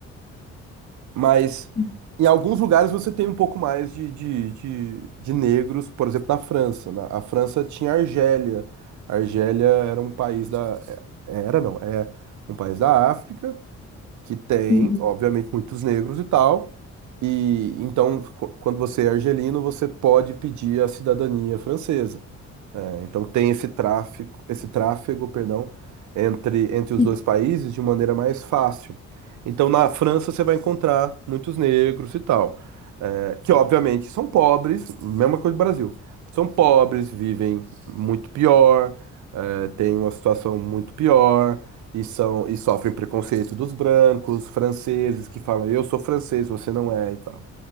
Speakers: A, on the right; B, on the left.
A: Mas
B: Uhum.
A: em alguns lugares você tem um pouco mais de, de, de, de negros, por exemplo, na França. Na, a França tinha Argélia. A Argélia era um país da. é- Era, não, é um país da África que tem,
B: Uhum.
A: obviamente, muitos negros e tal. E então, qu- quando você é argelino, você pode pedir a cidadania francesa. É, então tem esse tráfico, esse tráfego, perdão, entre, entre os
B: Uhum.
A: dois países de maneira mais fácil. Então na França você vai encontrar muitos negros e tal, é, que obviamente são pobres, mesma coisa do Brasil. São pobres, vivem muito pior, é, têm uma situação muito pior. E, são, e sofrem preconceito dos brancos, franceses, que falam, eu sou francês, você não é e tal.